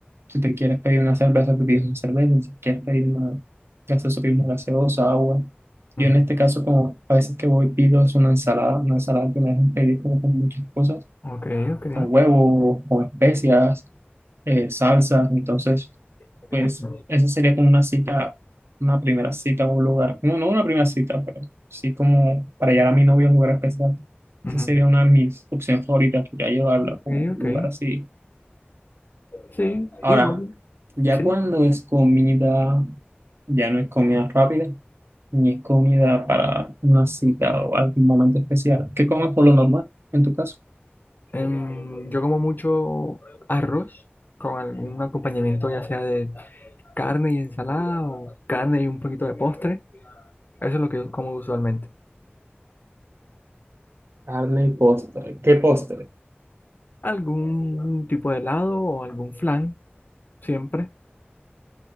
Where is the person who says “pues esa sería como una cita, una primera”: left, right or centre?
Right